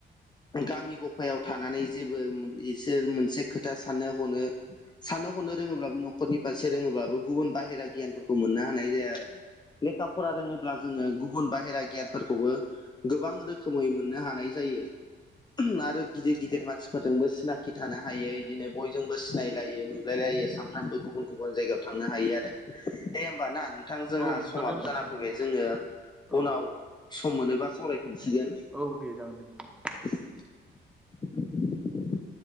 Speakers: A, on the left (about 20°); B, in the centre.
A: गामि ग फायाव थानानै जेबो बिसोर मोनसे खोथा साननो हनो साननो हरनो रोङोब्लाबो नखरनि फारसे रोङोब्लाबो गुबुन बाहेरा गियानफोरखौ मोननो हानाय जाया आरो। लेखा फरा रोङोब्ला जोङो गुबुन बाहेरा गियानफोरखौबो गोबां रो खोमाय मोननो हानाय जायो। आरो गिदिर गिदिर मानसिफोरजोंबो सिनाखि थानो हायो बिदिनो बयजोंबो सिनायलायो नुलायलायो सानफ्रोमबो गुबुन गुबुन जायगायाव थांनो हायो आरो। दे होमबा ना नोंथां जोंहा
B: बिदिब्ला
A: समाबो
B: दोनलायनोसै
A: जाना फैबाय
B: नोंथां
A: जोङो
B: औ
A: उनाव सम मोनोबा सावरायफिनसिगोन।
B: औ दे जागोन दे नोंथां
A: <inaudible>